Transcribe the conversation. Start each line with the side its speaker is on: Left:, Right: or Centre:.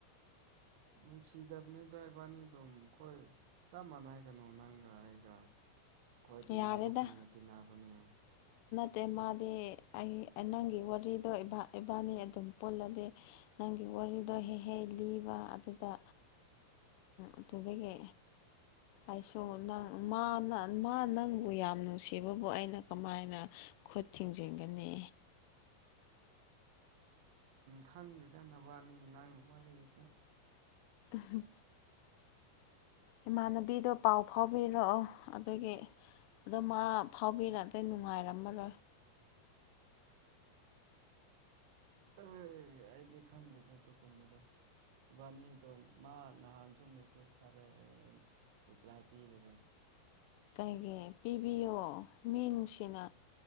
Right: ꯅꯨꯡꯁꯤꯗꯕꯅꯤꯗ ꯏꯕꯥꯅꯤ ꯑꯗꯨꯝ ꯑꯩꯈꯣꯏ ꯆꯞ ꯃꯥꯟꯅꯩꯒꯅꯨ ꯅꯪꯒ ꯑꯩꯒ ꯑꯩꯈꯣꯏ ꯇꯤꯟꯅꯕꯒꯨꯝꯅ
Left: ꯌꯥꯔꯦꯗ
Right: ꯇꯤꯟꯅꯕꯅꯦ
Left: ꯑꯦ ꯃꯥꯗꯤ ꯑꯩ ꯅꯪꯒꯤ ꯋꯥꯔꯤꯗꯣ ꯏꯕꯥꯅꯤ ꯑꯗꯨꯝ ꯄꯨꯣꯜꯂꯗꯤꯦ ꯅꯪꯒꯤ ꯋꯥꯔꯤꯗꯣ ꯍꯦꯛ ꯍꯦꯛ ꯂꯤꯕ ꯑꯗꯨꯗ ꯑꯗꯨꯗꯒꯤ ꯑꯩꯁꯨꯣ ꯅꯪ ꯃꯥꯅ ꯃꯥ ꯅꯪꯕꯨ ꯌꯥꯝ ꯅꯨꯡꯁꯤꯕꯕꯨ ꯑꯩꯅ ꯀꯃꯥꯏꯅ ꯈꯨꯠ ꯊꯤꯡꯖꯤꯟꯒꯅꯤ
Right: ꯈꯪꯗꯦꯗꯅꯕꯅꯤ ꯅꯪ ꯋꯥꯔꯤꯁꯦ
Left: ꯎ ꯏꯃꯥꯟꯅꯕꯤꯗꯣ ꯄꯥꯎ ꯐꯥꯎꯕꯤꯔꯛꯑꯣ ꯑꯗꯨꯒꯤ ꯑꯗꯣ ꯃꯥ ꯐꯥꯎꯕꯤꯔ ꯑꯇꯩ ꯅꯨꯡꯉꯥꯏꯔꯝꯃ ꯂꯣꯏ <inaudible>
Right: ꯑꯩ ꯑꯩꯗꯤ ꯈꯪꯗꯦꯗꯦ ꯑꯗꯨꯒ ꯀꯨꯝꯕꯗꯣ ꯕꯥꯅꯤ ꯑꯗꯨꯝ ꯃꯥ ꯅꯍꯥꯟꯁꯨ ꯃꯦꯁꯦꯁ ꯊꯥꯔꯦ ꯔꯤꯄ꯭ꯂꯥꯏ ꯄꯤꯗꯔꯦ
Left: ꯀꯩꯒꯤ ꯄꯤꯕꯤꯌꯣ ꯃꯤ ꯅꯨꯡꯁꯤꯅ